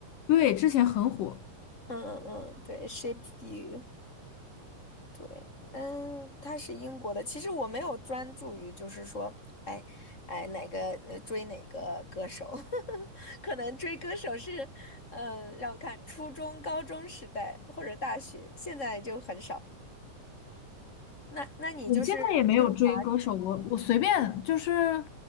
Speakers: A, on the left (about 75°); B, on the left (about 20°).
A: 对，之前很火，
B: 嗯嗯嗯，对，Shape You。对，嗯，他是英国的。其实我没有专注于，就是说，哎，哎，哪个呃追哪个歌手，<laughs> 可能追歌手是，嗯，让我看，初中、高中时代或者大学，现在就很少。那那你就是听华语
A: 我现在也没有追歌手，我我随便就是